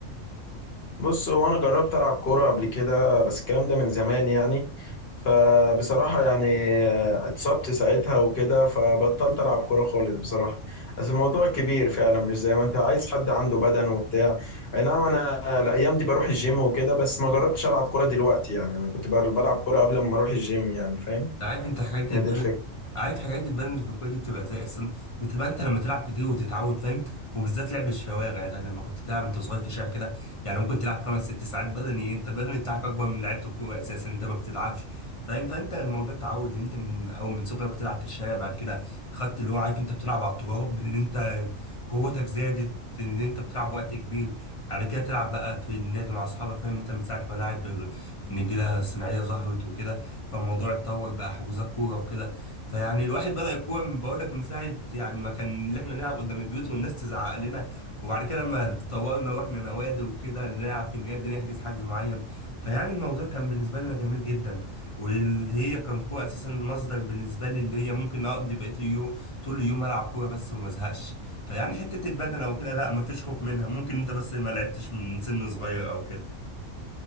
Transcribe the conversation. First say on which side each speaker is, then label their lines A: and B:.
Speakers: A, on the left (about 50°); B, on the left (about 30°).
A: بص هو انا جربت العب كوره قبل كده بس الكلام ده من زمان يعني فبصراحه يعني آه، اتصبت ساعتها وكده فبطلت العب كوره خالص بصراحه بس الموضوع كبير فعلا مش زي ما انت عايز حد عنده بدن وبتاع اي نعم انا الايام دي بروح الجيم وكده بس ما جربتش العب كوره دلوقتي يعني انا كنت بر- بلعب كوره قبل ما اروح الجيم يعني فاهم
B: عارف انت حكايه
A: هي
B: البدن
A: دي الفكره
B: عارف حكايه البدن اللي في الكوره دي بتبقى زي اصلا بتبقى انت لما تلعب كتير وتتعود فاهم وبالذات لعب الشوارع ده لما كنت تلعب انت صغير في الشارع كده يعني ممكن تلعب خمس ست ساعات بدني انت البدن بتاعك اكبر من لعيبه الكوره اساسا انت ما بتتعبش فاهم فانت الموضوع تعود انت من او من صغرك بتلعب في الشارع بعد كده خدت اللي هو عارف انت بتلعب على التراب اللي انت قوتك زادت ان انت بتلعب وقت كبير على كده تلعب بقى في النادي مع اصحابك فاهم انت من ساعه ما لاعب النجيله الصناعيه ظهرت وكده فالموضوع اتطور بقى حجوزات كوره وكده فيعني الواحد بدأ الكوره من- بقول لك من ساعه يعني ما كان اللي احنا نلعب قدام البيوت والناس تزعق لنا وبعد كده لما اتطورنا واحنا نوادي وكده نلعب في النادي نحجز حجز معين فيعني الموضوع كان بالنسبه لنا جميل جدا واللي هي كان كوره اساسا مصدر بالنسبه لي اللي هي ممكن اقضي بقيه اليوم طول اليوم العب كوره بس وما ازهقش فيعني حته البدن او كده لا ما فيش خوف منها ممكن انت بس ما لعبتش من سن صغير او كده